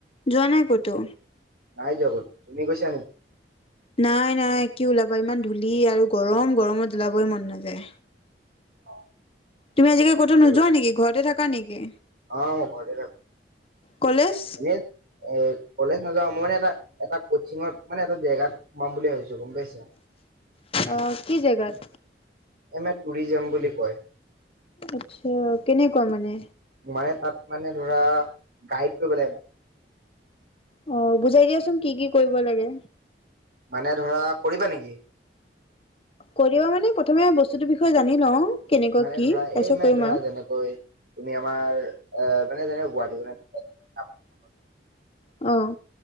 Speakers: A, on the left; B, on the right.
A: যোৱা নাই কতো?
B: নাই যোৱা কতো, তুমি গৈছানি?
A: নাই নাই, কি ওলাবা ইমান ধূলি আৰু গৰম। গৰমত ওলাবই মন নাযায়।
B: অ
A: তুমি আজিকালি কোত
B: ময়ো-
A: নযোৱা নেকি ঘৰতে থাক নেকি
B: অ' মই ঘৰতে থাকোঁ।
A: কলেজ
B: এনেই অ' কলেজ নাযাও, মই এটা এটা কচ্চিংত মানে এটা জেগাত সোমাম বুলি ভাবিছো, গম পাইছা?
A: আহ কি জেগাত?
B: এমে টুৰিজিয়ম বুলি কয়।
A: আচ্ছা কেনেকুৱা মানে?
B: মানে তাত মানে ধৰা গাইড কৰিব লাগে।
A: অ বুজাই দিয়াচোন কি কি কৰিব লাগে।
B: মানে ধৰা কৰিবা নেকি?
A: কৰিবা মানে প্ৰথমে বস্তুটোৰ বিষয়ে জানি লওঁ। কেনেকুৱা
B: মানে
A: কি
B: ধৰা
A: তাৰপিছত
B: এই মানে
A: কৰিম
B: ধৰা
A: আৰু
B: যেনেকৈ তুমি আমাৰ অহ মানে যেনে গুৱাহাটীখনে <unintelligible>
A: অ।